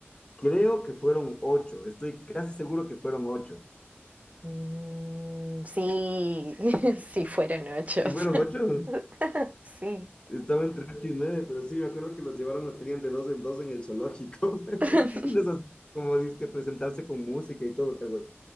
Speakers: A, on the left (about 25°); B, on the right (about 35°).
A: Creo que fueron ocho, estoy casi seguro que fueron ocho.
B: Mm, sí, <laughs> sí fueron ocho.
A: ¿Sí
B: <laughs>
A: fueron ocho?
B: sí.
A: Estaba entre 8 y 9 pero sí, me acuerdo que los llevaron, los tenían de dos en dos en el zoológico. <laughs>
B: <laughs>
A: Y los hacían, como dices, que presentarse con música y todo, cabrón.